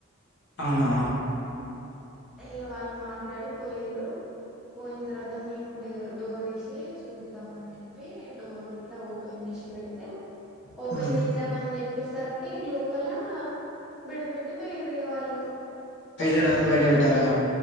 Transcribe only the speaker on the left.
అవునా
మ్మ్
యేసడంగ్ బయట పెట్టారా